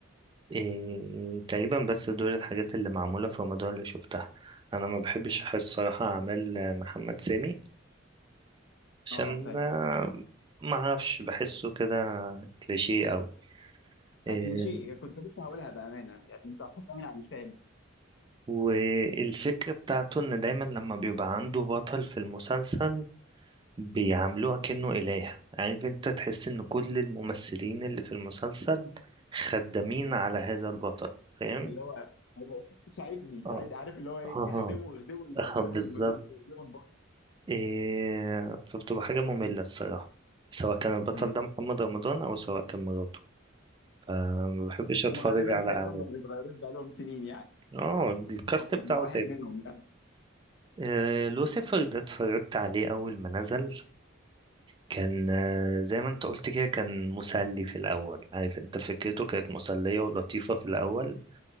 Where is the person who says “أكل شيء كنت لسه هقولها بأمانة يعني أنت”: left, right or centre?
Left